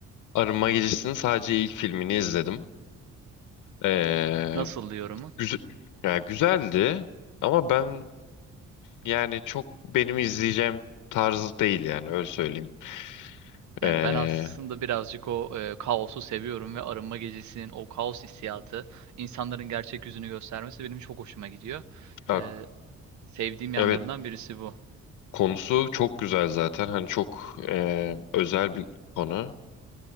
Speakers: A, on the left; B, on the right.
A: Arınma Gecesi'nin sadece ilk filmini izledim. Ee,
B: Nasıl yorumun?
A: Güzel, ya güzeldi ama ben yani çok benim izleyeceğim tarzı değil yani öyle söyleyeyim.
B: Yani
A: Ee,
B: ben aslında birazcık o, eee, kaosu seviyorum ve arınma gecesinin o kaos hissiyatı, insanların gerçek yüzünü göstermesi benim çok hoşuma gidiyor.
A: ya-
B: Eee, sevdiğim yanlarından
A: evet
B: birisi bu.
A: konusu çok güzel zaten hani çok e, özel bir konu.